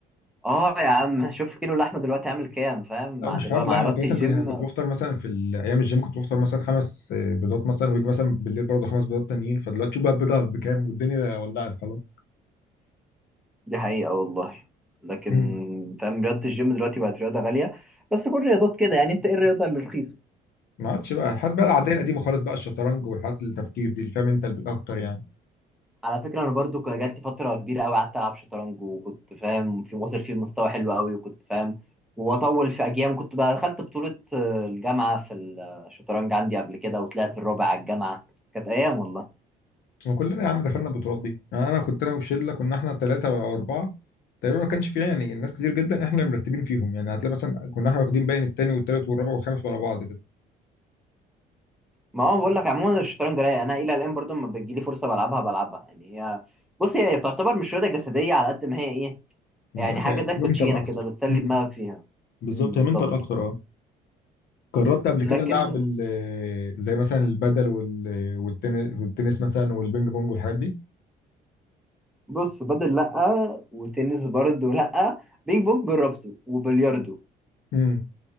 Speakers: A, in the centre; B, on the left (about 70°).
A: اه يا عم شوف كيلو اللحمه دلوقتي عامل كام فاهم
B: لا
A: مع
B: آه، مش
A: دلوقتي
B: حوار اللحمة
A: مع رياضه
B: أنت مثلا
A: الجيم
B: كنت يعني كنت بفطر مثلا في ال- أيام الجيم كنت بفطر مثلا خمس آه، بيضات مثلا ويجي مثلا بالليل برضه خمس بيضات تانيين فدلوقتي شوف بقى البيضة بكام والدنيا ولعت خلاص
A: دي حقيقه والله لكن
B: مم.
A: فاهم رياضه الجيم دلوقتي بقت رياضه غاليه بس كل الرياضات كده يعني انت ايه الرياضه اللي رخيصه
B: ما عادش بقى الحاجات بقى
A: ك-
B: العادية القديمة خالص بقى الشطرنج والحاجات التفكير دي اللي فاهم أنت اللي بت- أكتر يعني
A: على فكره انا برضو كان جات لي فتره كبيره قوي قعدت العب شطرنج وكنت فاهم في واصل فيه مستوى حلو قوي وكنت فاهم واطول في اجيال كنت بقى دخلت بطوله آه، الجامعه في الشطرنج عندي قبل كده وطلعت الرابع على الجامعه كانت ايام والله
B: وكلنا يا عم دخلنا البطولات دي يعني انا كنت انا وشله كنا احنا ثلاثه او اربعه تقريبا ما كانش فيها يعني ناس كتير جدا احنا مرتبين فيهم يعني هتلاقي مثلا كنا احنا واخدين باين الثاني والثالث والرابع والخامس ورا بعض كده
A: ما هو بقول لك عموما الشطرنج رايق انا الى الان برضو لما بتجيلي فرصه بلعبها بلعبها يعني هي بص هي تعتبر مش رياضه جسديه على قد ما هي ايه
B: بقولك
A: يعني حاجه
B: هي
A: زي الكوتشينه
B: منتال اكتر
A: كده بتسلي
B: مم.
A: دماغك فيها
B: بالظبط
A: امم بالظبط
B: هي منتال اكتر اه جربت قبل كده
A: لكن
B: لعب ال- زي مثلا البدل وال- والتن- والتنس مثلا والبينج بونج والحاجات دي
A: بص بدل لا وتنس برضو لا بينج بونج جربته وبلياردو
B: امم